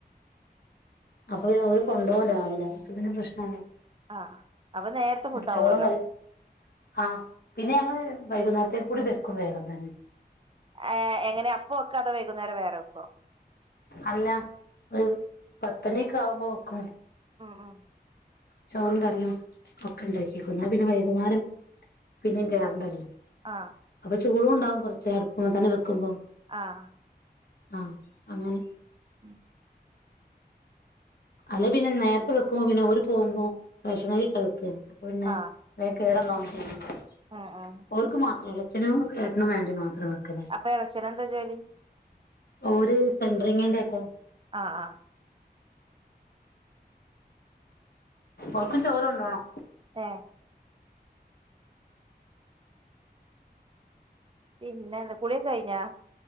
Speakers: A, on the left (about 70°); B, on the right (about 30°).
A: അപ്പൊ പിന്നെ അവര് കൊണ്ടപോകാ രാവിലെ അപ്പൊ പിന്നെ പ്രശ്നല്ല
B: ആ അപ്പൊ നേരത്തെ ഫുഡ്
A: ചോറു
B: ആവുമല്ലോ
A: കറിം ആഹ് പിന്നെ ഞങ്ങൾ വൈകുന്നേരം <unintelligible> കൂടി വെക്കും വേഗം തന്നെ
B: ഏ എങ്ങനെയാ അപ്പ വക്കൊ അതോ വൈകുന്നേരം വേറെ വെക്കോ
A: അല്ല ഒരു
B: ആ
A: പത്ത്ണി ഒക്കെ ആവുമ്പോ വെക്കും.
B: അ അ
A: ചോറും കറിയും ഒക്കെ ഉണ്ടാക്കി വെക്കും എന്നാ പിന്നെ വൈകുന്നേരം പിന്നെയും കേറണ്ടല്ലോ.
B: ആ ആ
A: അപ്പൊ ചൂടും ഉണ്ടാവും കുറച്ച് അടുപ്പുമ്മെത്തന്നെ വെക്കുമ്പോ
B: ആഹ്
A: ആ അങ്ങനെ
B: ഉം
A: അല്ലെ പിന്നെ നേർത്തെ വെക്കുമ്പോ പിന്നെ ഓര് പോവുമ്പോ റേഷനരി ഇട്ടാ വെക്കാ അപ്പൊ പിന്നെ
B: ആ
A: വൈകി കേടന്നോൺ ചെയ് <unintelligible>
B: ഉം ഉം
A: ഓർക്ക് മാത്രം ഒള്ളൂ. അച്ഛനും ഏട്ടനും വേണ്ടി മാത്രം വെക്കലാ
B: അപ്പൊ എളച്ചനെന്താ ജോലി
A: ഓര് സെൻ്ററിങ്ങിന്റെ ഒക്കെ
B: ആ ആ
A: ഓർക്കും ചോറ് കൊണ്ടുവണോ
B: എ പിന്നെന്താ കുളി ഒക്കെ കഴിഞ്ഞാ.